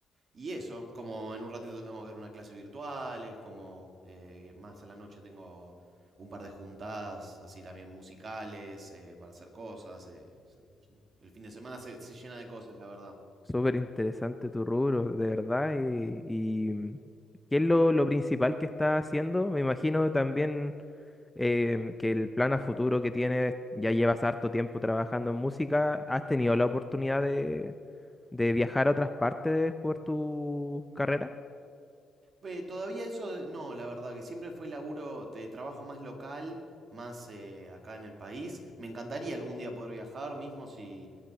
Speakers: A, on the right (about 50°); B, in the centre.
A: y eso, como en un ratito tengo que ver una clase virtual, es como eh, más a la noche tengo un par de juntadas, así también musicales, eh, para hacer cosas. eh, El fin de semana se, se llena de cosas, la verdad.
B: Súper interesante tu rubro, de verdad. Y, y, ¿qué es lo, lo principal que está haciendo? Me imagino también em, que el plan a futuro que tienes, ya llevas harto tiempo trabajando en música, ¿has tenido la oportunidad de, de viajar a otras partes por tu carrera?
A: Eh, todavía eso, no, la verdad, que siempre fue laburo de trabajo más local, más eh, acá en el país. Me encantaría algún día poder viajar, mismo si,